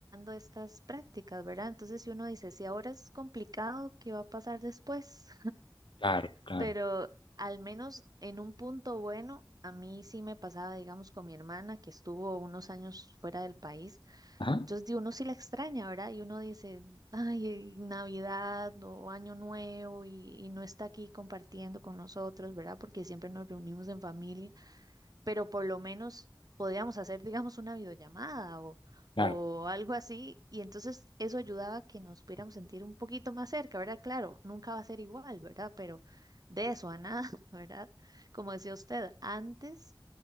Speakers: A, on the right; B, on the left.
A: estas prácticas, ¿verdad? Entonces, si uno dice, si ahora es complicado, ¿qué va a pasar después?
B: Claro, claro.
A: pero al menos en un punto bueno, a mí sí me pasaba, digamos, con mi hermana que estuvo unos años fuera del país.
B: Ajá.
A: Entonces, di, uno sí la extraña, ¿verdad? Y uno dice, <laughs> ay, Navidad o Año Nuevo y, y no está aquí compartiendo con nosotros, ¿verdad? Porque siempre nos reunimos en familia pero por lo menos podíamos hacer, digamos, una videollamada o,
B: Claro,
A: o algo así, y entonces eso ayudaba a que nos pudiéramos sentir un poquito más cerca, ¿verdad? Claro, nunca va a ser igual, ¿verdad? Pero de eso a nada, <laughs> ¿verdad? Como decía usted, antes